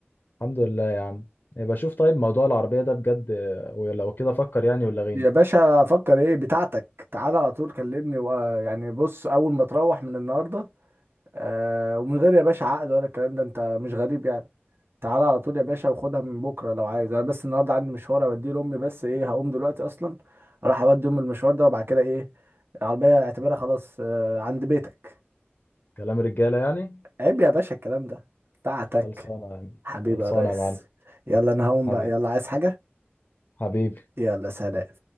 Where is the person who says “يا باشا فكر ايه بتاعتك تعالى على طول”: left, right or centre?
Right